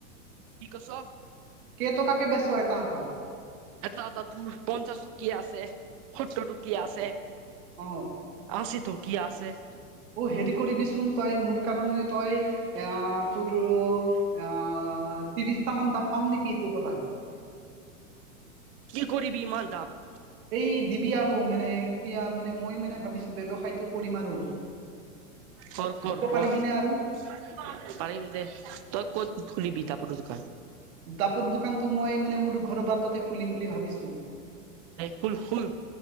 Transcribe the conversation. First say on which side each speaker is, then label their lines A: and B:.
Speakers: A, on the right; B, on the right.
A: কি কছ?
B: কে টকাকে বেছ এটা এটা?
A: এটা এটা তোৰ পঞ্চাশ টোকিয়া আছে, সত্তৰ টোকিয়া আছে।
B: অ
A: আছি টকীয়া আছে।
B: অ হেৰি কৰিবিচোন তই মোৰ কাৰণে তই এয়া তোৰ আহ ত্ৰিশটা মান দাব পাম নেকি তো পৰা?
A: কি কৰিব ইমান ডাব?
B: এই দিবি আৰু মানে এতিয়া মানে মই মানে ভাবিছো ব্যৱসায়টো কৰিম আৰু।
A: কৰ
B: দিব
A: কৰ কৰ
B: পাৰিবি নে আৰু।
A: <unintelligible> পাৰিম যে তই ক'ত ফটো দোকান
B: দাপৰ দোকানটো মই মানে মোৰ ঘৰ বাটতে তাতে খুলিম বুলি ভাবিছো
A: এই খুল খুল